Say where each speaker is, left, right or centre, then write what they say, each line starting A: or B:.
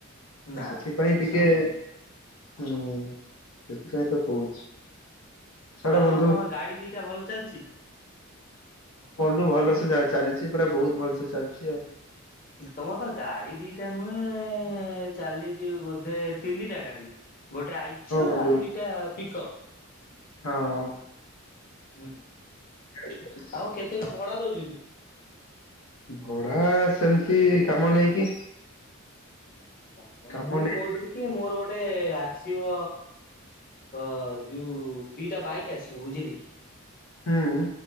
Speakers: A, on the left; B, on the left.
A: ତ
B: ନା
A: ସେଥିପାଇଁ
B: ସେ
A: ଟିକେ
B: ସବୁ ଠିକ ନୁହେଁ।
A: ହୁଁ ସେଥିପାଇଁ ତ କହୁଛି। ଛାଡ
B: ଆଉ
A: ବନ୍ଧୁ
B: ଆପଣଙ୍କ ଗାଡି ଦିଟା ଭଲ ଚାଲଛି।
A: ସୁ ଭଲସେ ଚା ଚାଲିଛି ପୁରା ବହୁତ ଭଲସେ ଚାଲିଛି ଆଉ।
B: ତମର ତ ଗାଡି ଦିଟା ନୁହେଁ ଚାଲିଛି ବୋଧେ ତିନିଟା ଗାଡି। ଗୋଟେ ଆଇଚର
A: ବନ୍ଧୁ
B: ଆଉ ଦିଟା ପିକ୍ଅପ।
A: ହଁ।
B: ହୁଁ ହୁଁ
A: ହଁ
B: ଆଉ କେତେ କ ଭଡା ଦଉଛନ୍ତି?
A: ଭଡା ସେମିତି କାମ ନେଇକି।
B: ତା ପଣ
A: କାମ
B: ମୁଁ
A: ନେଇ
B: କହୁଥିଲି କି ମୋର ଗୋଟେ ଆସିବ ଅ ଯୋଉ ଦିଟା ବାଇକ୍ ଆସିବ ବୁଝିଲେ କି।
A: ହୁଁ।